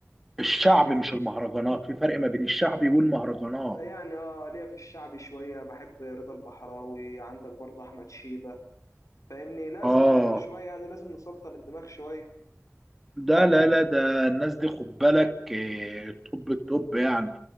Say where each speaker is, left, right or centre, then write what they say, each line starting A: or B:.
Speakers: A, in the centre; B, on the left.
A: الشعب مش المهرجانات في فرق ما بين الشعبي والمهرجانات
B: يعني اه ليا في الشعبي شويه بحب رضا البحراوي عندك برضو احمد شيبه فاهمني لازم
A: اه
B: برضو شويه يعني لازم نسلطن الدماغ شويه
A: ده لا لا ده الناس دي خد بالك آه، توب التوب يعني